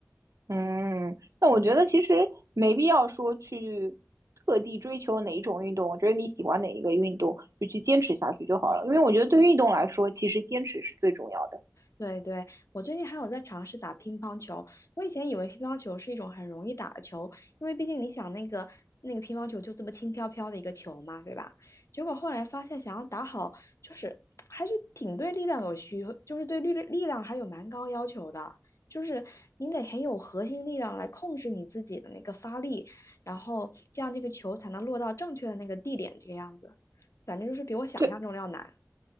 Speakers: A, on the right; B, on the left.
A: 嗯，那我觉得其实没必要说去特地追求哪一种运动，
B: 对，
A: 我觉得你喜欢哪一个运动，就去坚持下去就好了。
B: 嗯。
A: 因为我觉得对于运动来说，其实坚持是最重要的。
B: 对对，我最近还有在尝试打乒乓球。我以前以为乒乓球是一种很容易打的球，因为毕竟你想那个那个乒乓球就这么轻飘飘的一个球嘛，对吧？结果后来发现，想要打好，就是还是挺对力量有需，就是对力力量还有蛮高要求的。就是你得很有核心力量来控制你自己的那个发力，然后这样这个球才能落到正确的那个地点，这个样子。反正就是比我想象中的要难。
A: 对。